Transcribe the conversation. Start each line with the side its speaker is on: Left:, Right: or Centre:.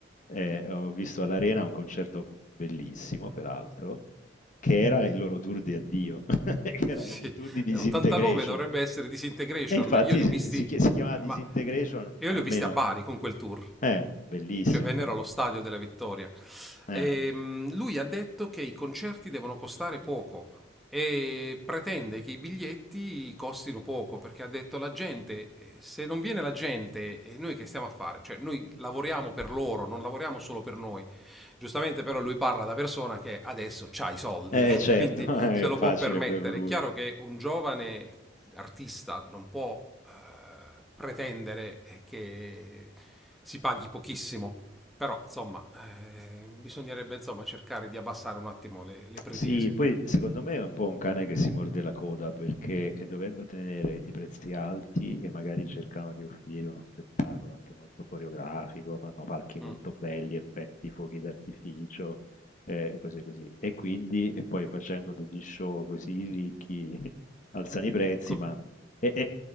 Left: ehm, ho visto all'Arena un concerto bellissimo peraltro, che era il loro tour di addio, <laughs> che
Centre: Sì,
Left: era la il tour di Disintegration.
Centre: 89 dovrebbe essere Disintegration.
Left: E infatti
Centre: Io li ho
Left: si
Centre: visti,
Left: si chia
Centre: eh,
Left: si chiamava Disintegration
Centre: ma io
Left: almeno
Centre: li ho visti a Bari con quel tour.
Left: eh, bellissimo
Centre: Cioè vennero
Left: con
Centre: allo stadio della Vittoria.
Left: eh,
Centre: Ehm, lui ha detto che i concerti devono costare poco e pretende che i biglietti costino poco perché ha detto la gente, eh, se non viene la gente, e noi che stiamo a fare? Cioè noi lavoriamo per loro, non lavoriamo solo per noi. Giustamente però lui parla da persona che adesso ha i soldi,
Left: eh certo,
Centre: <laughs> quindi
Left: <laughs> è
Centre: se lo
Left: facile
Centre: può permettere.
Left: per lui.
Centre: È chiaro che un giovane
Left: Mh.
Centre: artista non può eh, pretendere eh, che si paghi pochissimo, però insomma eh, bisognerebbe insomma, cercare di abbassare un attimo le, le pretese.
Left: Sì, poi secondo me è un po' un cane che si morde la coda perché eh, dovendo tenere i prezzi alti e magari cercano di offrire uno spettacolo anche molto coreografico, fanno palchi
Centre: Mm.
Left: molto belli, effetti, fuochi d'artificio eh, e cose così. E quindi, e poi facendo degli show così ricchi, <laughs> alzano i prezzi,
Centre: Com-
Left: ma e, e-